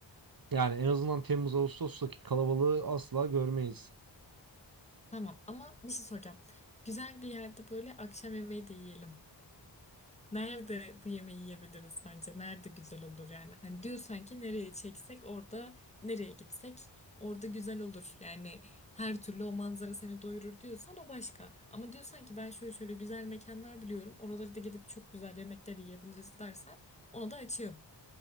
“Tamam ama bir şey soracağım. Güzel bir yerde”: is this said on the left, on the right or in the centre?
Left